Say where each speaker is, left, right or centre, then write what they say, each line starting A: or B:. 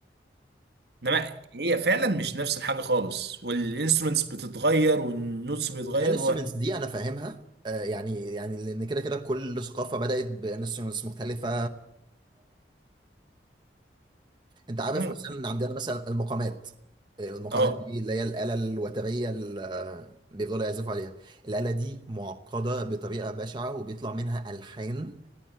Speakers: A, on the right; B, on the right.
A: انما هي فعلا مش نفس الحاجة خالص والانسترومنتس بتتغير والنوتس بيتغير
B: الانسترومنتس
A: و...
B: دي انا فاهمها آه، يعني يعني لان كده كده كل ثقافه بدات بانسترومنتس مختلفه انت عارف
A: مم.
B: مثلا عندنا مثلا المقامات المقامات
A: اه
B: دي اللي هي الآلة الوترية اللي بيفضلوا يعزفوا عليها الآلة دي معقدة بطريقة بشعة وبيطلع منها ألحان